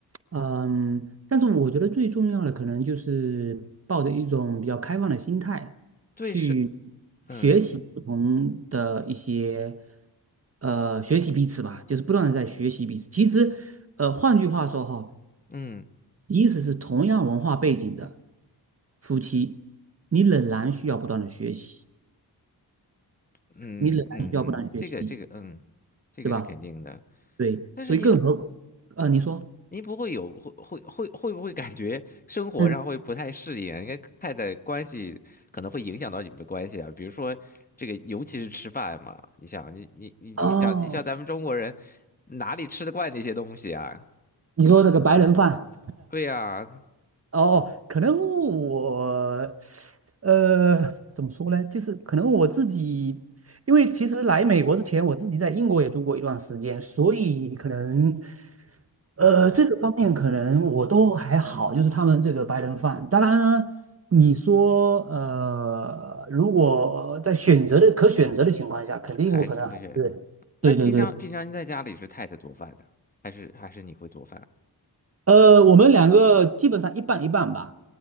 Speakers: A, on the right; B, on the left.
A: 嗯，但是我觉得最重要的可能就是抱着一种比较开放的心态去
B: 对是，嗯
A: 学习不同的一些，呃，学习彼此吧，就是不断的在学习彼此。其实，呃，换句话说哈，
B: 嗯
A: 即使是同样文化背景的夫妻，你仍然需要不断的学习，
B: 嗯嗯嗯，
A: 你仍然需要不断的学习彼此。
B: 这个这个，嗯，这个是肯定的。
A: 对吧？对，
B: 但是您
A: 所以更何，呃，你说，
B: 您不会有会会会会不会感觉生活上会不太适应啊？
A: 嗯，
B: 因为太太关系可能会影响到你们的关系啊，比如说这个，尤其是吃饭嘛，你想，你你你你想，
A: 哦，
B: 你像咱们中国人哪里吃得惯那些东西啊？
A: 你说那个白人饭。
B: 对呀，
A: 哦，可能我，呃，怎么说呢？就是可能我自己，因为其实来美国之前，我自己在英国也住过一段时间，所以可能，呃，
B: 哦，那
A: 这个方面可能我都还好，就是他们这个白人饭。当然啊，你说，呃，如果在选择的可选择的情况下，肯定我可能还是，
B: 还是会选。那平常平常您在家里是太太做饭的，
A: 对对对，
B: 还是还是你会做饭？
A: 呃，我们两个基本上一半一半吧。